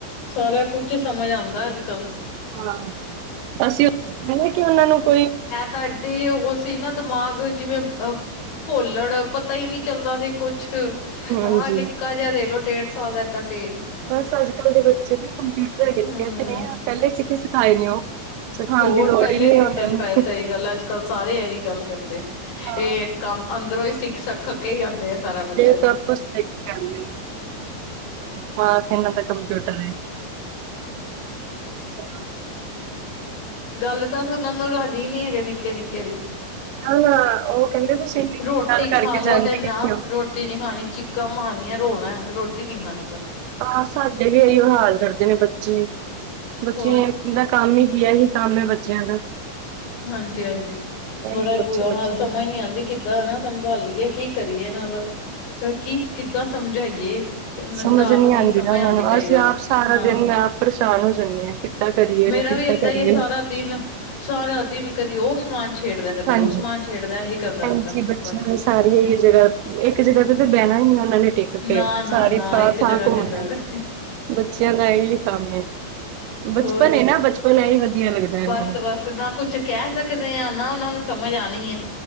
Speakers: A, on the left (about 55°); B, on the right (about 85°).
A: ਸਾਰਾ ਕੁਝ ਸਮਝ ਆਉਂਦਾ ਅੱਜ ਕੱਲ।
B: ਹਾਂ, ਅਸੀਂ ਉਹ ਕਹਿੰਦੇ ਹ ਕਿ ਉਹਨਾਂ ਨੂੰ ਕੋਈ।
A: ਤੁਹਾਡੀੇ ਉਹ ਸੀ ਨਾ ਦਿਮਾਗ ਜਿਵੇਂ। ਭੁੱਲੜ ਪਤਾ ਹੀ ਨਹੀਂ ਚੱਲਦਾ ਸੀ ਕੁਛ।
B: ਹਾਂਜੀ
A: ਹਾਂ ਨਿੱਕਾ ਜਿਹਾ ਦੇਖ ਲੋਉ ਡੇਢ ਸਾਲ ਦਾ ਏਡਾ ਤੇਜ਼।
B: ਬਸ ਅੱਜ ਕੱਲ ਦੇ ਬੱਚੇ ਨੇ ਕੰਪਿਊਟਰ ਹੈਗੇ
A: ਹਮ
B: ਨੇ ਕਹਿਦੇ ਨੇ ਪਹਿਲੇ ਸਿੱਖੇ ਸਿਖਾਏ ਨੇ ਉਹ। ਸਿਖਾਉਣ
A: ਹੋਰ
B: ਦੀ ਲੋੜ
A: ਪਹਿਲੇ
B: ਨਹੀਂ
A: ਹੀ ਸਿੱਖੇ
B: ਉਹਨਾਂ
A: ਸਿਖਾਏ
B: ਨੂੰ
A: ਸਹੀ ਗੱਲ ਅੱਜ ਕੱਲ ਸਾਰੇ ਇਹੀ ਗੱਲ ਕਹਿੰਦੇ
B: ਹਾਂ
A: ਇਹ। ਕੰਮ ਅੰਦਰੋਂ ਹੀ ਸਿੱਖ ਸਖ ਕੇ ਹੀ ਆਉਂਦੇ ਆ। ਸਾਰਾ ਕੁਛ
B: ਇਹ ਸਭ ਕੁਛ ਸਿੱਖ ਕੇ ਆਦੇ। ਦਿਮਾਗ ਤਾਂ ਇਹਨਾਂ ਦਾ ਕੰਪਊਟਰ ਹੈ ਹੋਰ ਸੁਣਾਓ?
A: ਗੱਲ ਤਾਂ ਸੁਣਨ ਨੂੰ ਰਾਜ਼ੀ ਨਹੀਂ ਹੈਗੇ ਨਿੱਕੇ ਨਿੱਕੇ ਵੀ।
B: ਨਾ-ਨਾ ਉਹ ਕਹਿੰਦੇ ਤੁਸੀਂ ਇੰਨੀ
A: ਰੋਟੀ
B: ਗੱਲ ਕਰਕੇ
A: ਖਾ ਲੋ
B: ਜਾਂਦੇ
A: ਤੇ
B: ਕਿੱਥੇ
A: ਨਾ
B: ਹੋ।
A: ਰੋ। ਤੇ ਨੀ ਖਾਣੀ ਚੀਕਾ ਮਾਰਨੀਆਂ ਰੋਣਾ ਰੋਟੀ ਨੀ ਖਾਣੀ ਪਰ।
B: ਹਾਂ ਸਾਡੇ ਵੀ ਇਹੀਓ ਹਾਲ ਕਰਦੇ ਪਏ ਬੱਚੇ ਬੱਚੇ।
A: ਹੋਰ
B: ਦਾ ਕੰਮ ਹੀ ਕੀ ਹੀ ਇਹੀ ਕੰਮ ਬੱਚਿਆਂ ਦਾ।
A: ਹਾਂਜੀ, ਹਾਂਜੀ ਬੜਾ
B: ਇਹੀ ਕੁਛ
A: ਬੁਰਾ
B: ਬੱਚਿਆਂ
A: ਹਾਲ ਸਮਝ
B: ਨੂੰ।
A: ਨੀ ਆਉਂਦੀ। ਕਿੱਦਾਂ ਹਨ ਨਾ ਸੰਭਾਲੀਏ ਕੀ ਕਰੀਏ ਇਹਨਾਂ ਦਾ ਕੀ ਕਿੱਦਾਂ ਸਮਝਾਈਏ। ਮੈਨੂੰ
B: ਸਮਝ
A: ਤਾਂ ਆਪ
B: ਨੀ ਆਉਂਦੀ
A: ਸਮਝ
B: ਨਾ ਉਹਨਾਂ ਨੂੰ
A: ਕਈ
B: ਅਸੀਂ
A: ਵਾਰ
B: ਆਪ ਸਾਰਾ
A: ਨਾ
B: ਦਿਨ ਆਪ ਪਰੇਸ਼ਾਨ ਹੋ ਜਾਂਦੇ ਹਾਂ। ਕਿੱਦਾਂ ਕਰੀਏ
A: ਮੇਰਾ
B: ਇਹਨੂੰ ਕਿੱਦਾਂ
A: ਵੀ ਏਦਾਂ
B: ਕਰੀਏ
A: ਹੀ ਹੈ ਸਾਰਾ ਦਿਨ ਸਾਰਾ ਦਿਨ ਕਦੀ ਉਹ ਸਮਾਨ ਛੇੜਦਾ। ਕਦੀ
B: ਹਾਂਜੀ,
A: ਉਹ ਸਮਾਨ ਛੇੜਦਾ ਇਹੀ ਕਰਦਾ
B: ਹਾਂਜੀ
A: ਰਹਿੰਦਾ
B: ਬੱਚਿਆਂ
A: ਬਸ
B: ਸਾਰੀਆਂ ਹੀ ਜਗ੍ਹਾ ਇੱਕ ਜਗ੍ਹਾ ਤੇ ਤਾਂ ਬਹਿਣਾ ਹੀ ਨਹੀਂ ਉਹਨਾਂ ਨੇ। ਟਿਕ ਕੇ
A: ਨਾ ਨਾ
B: ਸਾਰੀ
A: ਨਾ
B: ਥਾਂ
A: ਇੱਕ
B: ਥਾਂ
A: ਜਗ੍ਹਾ ਤੇ
B: ਘੁੰਨਣਾ
A: ਬਹਿ ਰਹੇ
B: ਬੱਚਿਆਂ ਦਾ ਇਹ ਕੰਮ ਏ। ਬਚਪਨ
A: ਹੋਰ
B: ਏ ਨਾ ਬਚਪਨ ਐ ਹੀ ਵਧੀਆ ਲੱਗਦਾ। ਇਹਨਾਂ
A: ਬਸ
B: ਨੂੰ
A: ਬਸ ਨਾ ਕੁਛ ਕਹਿ ਸਕਦੇ ਹਾਂ ਨਾ ਉਹਨਾਂ ਨੂੰ ਸਮਝ ਆਉਣੀ ਹੈ।